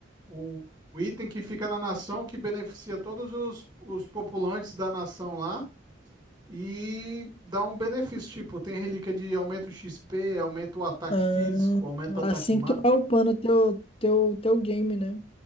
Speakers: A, on the right; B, on the left.
A: um um item que fica na nação que beneficia todos os, os populantes da nação lá e dá um benefício. Tipo, tem relíquia de aumento XP, aumenta o ataque
B: Ahn,
A: físico, aumenta o
B: Assim
A: ataque
B: que tu vai upando teu, teu, teu game, né?